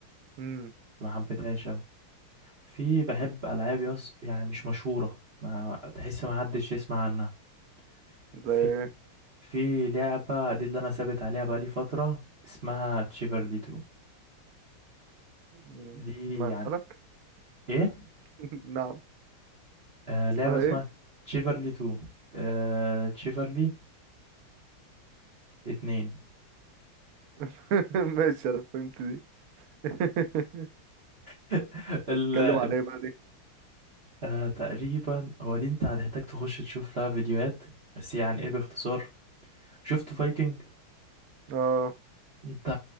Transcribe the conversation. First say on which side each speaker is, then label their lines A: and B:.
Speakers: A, on the right; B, on the right.
A: امم
B: ما حبيتهاش أوي في بحب العاب يص يعني مش مشهوره ما تحس ما حدش يسمع عنها
A: زي
B: في
A: ايه
B: في لعبة دي اللي أنا ثابت عليها بقالي فترة اسمها تشيفرلي 2
A: مم،
B: دي
A: مالك
B: يعني إيه؟
A: <laughs> نعم
B: آه لعبة
A: اسمها
B: اسمها
A: ايه
B: تشيفرلي 2 آه تشيفرلي 2
A: <laughs> ماشي انا فهمت دي <laughs>
B: <laughs> ال...
A: اتكلم عن ايه بقى دي
B: آه تقريبا هو دي أنت هتحتاج تخش تشوف لها فيديوهات بس يعني إيه باختصار شفت فايكنج
A: اه
B: أنت